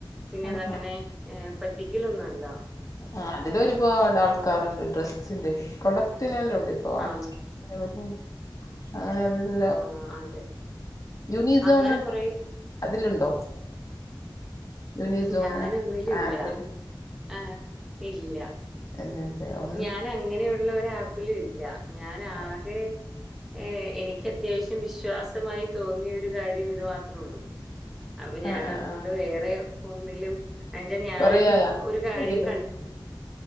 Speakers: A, in the centre; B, on the left.
A: പിന്നെ
B: ആഹ്
A: അതങ്ങനെ
B: ആഹ്
A: ഏഹ് പറ്റിക്കലൊന്നും അല്ല.
B: ആ ഹ് അതിന് ഒരുപാട് ആൾക്കാറണ്ട് ഡ്രസ്സിന്റെ പ്രൊഡക്റ്റനല്ലാം ഉണ്ട് ഇപ്പൊ <unintelligible>
A: ആ
B: അങ്ങനെല്ല
A: ആ അതെ
B: യൂണസോൺ
A: അങ്ങനെ
B: <unintelligible>
A: കുറെ
B: അതിലുണ്ടോ യൂണിസോൺ
A: ഞാന് ഒന്നിലു
B: ആപ്പില്
A: ഇല്ല ആഹ് ഇല്ല
B: ഇല്ല ഇല്ലേ ഓക്കേ
A: ഞാൻ അങ്ങനെയുള്ള ഒര് ആപ്പിലു ഇല്ല ഞാൻ ആകെ
B: ആഹ്
A: ഏഹ് എനിക്ക് അത്യാവശ്യം വിശ്വാസമായി തോന്നിയ ഒരു കാര്യം ഇത് മാത്രേ ഉള്ളൂ അപ്പൊ ഞാൻ
B: ആഹ്
A: അതുകൊണ്ട്
B: ആഹ്
A: വേറെ ഒന്നിലും <unintelligible> ഞാൻ
B: കൊറേയായ
A: ഒരു കാര്യം
B: ഇതില്
A: കണ്ട്